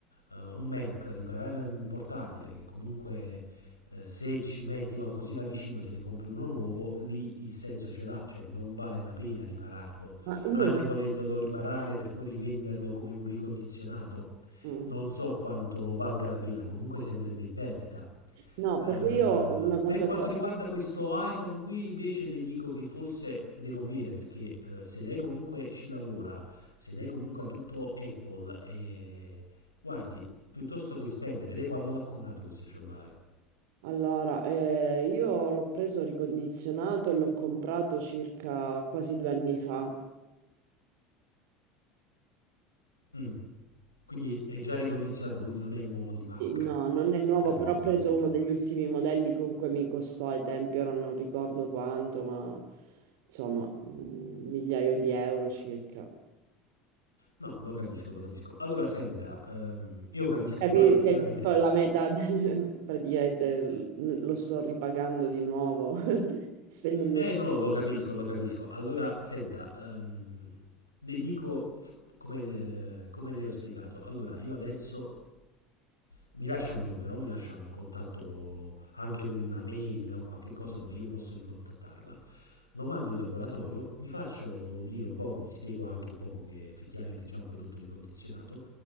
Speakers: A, on the left; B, on the right.
A: eh, un Mac, riparare un portatile che comunque eh, se ci metti qualcosina vicino, te ne compri uno nuovo, lì il senso ce l'ha, cioè non vale la pena ripararlo,
B: Ma io
A: anche volendolo riparare per poi rivenderlo come un ricondizionato.
B: mm,
A: Non so quanto valga la pena, comunque si andrebbe in perdita.
B: no,
A: Eh,
B: perché io una cosa
A: per quanto
B: che-
A: riguarda questo iPhone qui invece le dico che forse le conviene perché eh, se lei comunque ci lavora, se lei comunque ha tutto Apple e guardi, piuttosto che spendere, lei quando l'ha comprato questo cellulare?
B: Allora, eh, io l'ho preso ricondizionato e l'ho comprato circa quasi due anni fa.
A: Mm. Quindi è già ricondizionato, quindi non è il nuovo di pacca.
B: Sì, No, non è nuovo,
A: Capito,
B: però ho preso
A: capito.
B: uno degli ultimi modelli, comunque mi costò ai tempi, ora non ricordo quanto, ma insomma, un migliaio di euro circa.
A: No, lo capisco, lo capisco. Allora, senta, ehm, io capisco,
B: Capire
A: però effettivamente
B: che con la metà de- <laughs> praticamente l- lo sto ripagando di nuovo, <laughs> spendendo...
A: Eh no, lo capisco, lo capisco. Allora, senta, ehm, le dico f- come, eh, come le ho spiegato. Allora, io adesso mi lascia un numero, mi lascia un contatto, anche una mail, un qualche cosa dove io posso ricontattarla. Lo mando in laboratorio, mi faccio dire un poco, gli spiego anche un poco che effettivamente è già un prodotto ricondizionato,